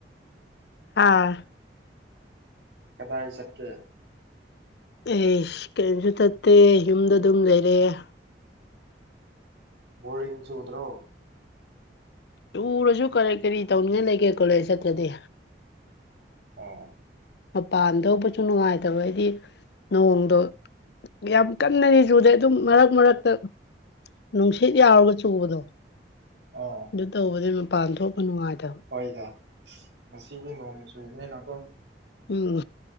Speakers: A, on the left (about 65°); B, on the right (about 80°).
A: ꯑꯥ
B: ꯀꯗꯥꯏ ꯆꯠꯀꯦ
A: ꯑꯦꯁ ꯀꯔꯤꯝꯁꯨ ꯆꯠꯇꯦ ꯌꯨꯝꯗ ꯑꯗꯨꯝ ꯂꯩꯑꯦ
B: ꯕꯣꯔꯤꯡ ꯆꯨꯗ꯭ꯔꯣ
A: ꯆꯨꯔꯁꯨ ꯀꯔꯤ ꯀꯔꯤ ꯇꯧꯅꯤꯡꯉꯥꯏ ꯂꯩꯒꯦ ꯀꯣꯂꯦꯖ ꯆꯠꯇ꯭ꯔꯗꯤ
B: ꯑꯣ
A: ꯃꯄꯥꯟ ꯊꯣꯛꯄꯁꯨ ꯅꯨꯡꯉꯥꯏꯇꯕꯒꯤ ꯅꯣꯡꯗꯣ ꯌꯥꯝ ꯀꯟꯅꯗꯤ ꯆꯨꯗꯦ ꯑꯗꯨꯝ ꯃꯔꯛ ꯃꯔꯛꯇ ꯅꯨꯡꯁꯤꯠ ꯌꯥꯎꯔꯒ ꯆꯨꯕꯗꯣ
B: ꯑꯣ
A: ꯑꯗꯨ ꯇꯧꯕꯗꯩ ꯃꯄꯥꯟ ꯊꯣꯛꯄ ꯅꯨꯡꯉꯥꯏꯇꯕ
B: ꯍꯣꯏꯗ ꯉꯁꯤꯗꯤ ꯅꯣꯡ ꯆꯨꯕꯅꯤꯅꯀꯣ
A: ꯎꯝ